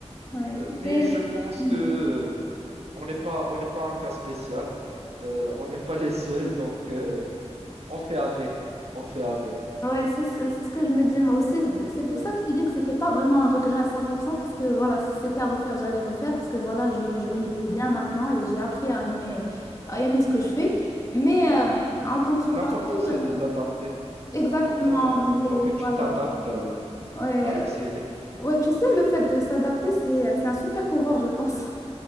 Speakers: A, on the left (about 30°); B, on the right (about 65°).
A: ouais.
B: Euh, Mais
A: Mais-
B: je pense
A: hmm.
B: que on n'est pas, on n'est pas un cas spécial. Euh, on n'est pas les seuls, donc euh, on fait avec. On fait avec.
A: Ouais, c'est ce, c'est ce que je me dis moi aussi. C'est pour
B: Ouais,
A: ça que je te dis que c'était pas vraiment un regret à 100% parce que voilà, si c'était à refaire, j'allais refaire parce que voilà, je, je
B: ouais,
A: m'y plais bien maintenant et j'ai appris à aimer, à aimer ce que je fais. Mais
B: ouais.
A: euh, en contrepartie,
B: L'important, c'est
A: euh,
B: de d'adapter.
A: exactement,
B: L'important, une
A: oui,
B: fois que tu
A: voilà.
B: t'adaptes, euh,
A: Ouais,
B: va exceller.
A: ouais, tu sais, le fait de s'adapter, c'est, c'est un super pouvoir, je pense.